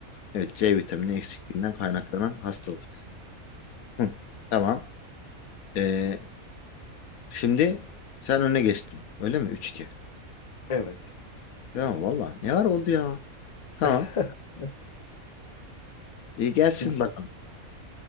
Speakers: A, on the left; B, on the left.
A: Evet C vitamini eksikliğinden kaynaklanan hastalık. Hı. Tamam. Ee, şimdi sen öne geçtin. Öyle mi? Üç iki.
B: Evet.
A: Tamam valla. Ne var oldu ya? Tamam.
B: <laughs>
A: İyi gelsin
B: Şimdi
A: bakalım.